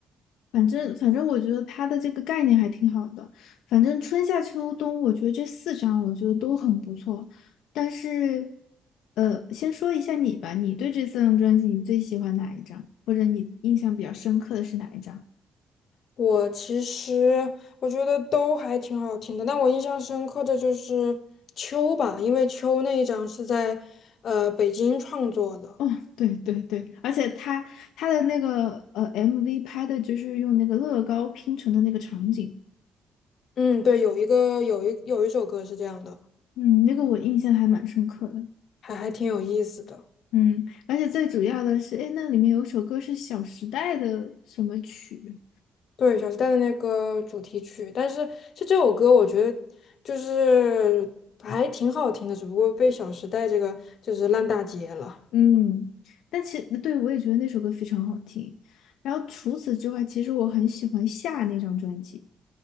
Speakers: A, on the left; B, on the left.
A: 反正反正，我觉得它的这个概念还挺好的。反正春夏秋冬，我觉得这四张我觉得都很不错。但是，呃，先说一下你吧，你对这四张专辑你最喜欢哪一张，或者你印象比较深刻的是哪一张？<laughs>
B: 我其实我觉得都还挺好听的，但我印象深刻的就是《秋》吧，因为《秋》那一张是在呃北京创作的。
A: 哦，对对对，而且他他的那个呃 MV 拍的就是用那个乐高拼成的那个场景，
B: 嗯，对，有一个有一有一首歌是这样的，
A: 嗯，那个我印象还蛮深刻的。
B: 还还挺有意思的。
A: 嗯，而且最主要的是，哎，那里面有首歌是《小时代》的什么曲？
B: 对，小时代的那个主题曲，但是就这首歌，我觉得就是还挺好听的，只不过被《小时代》这个就是烂大街了。
A: 嗯，但其对我也觉得那首歌非常好听。然后除此之外，其实我很喜欢夏那张专辑。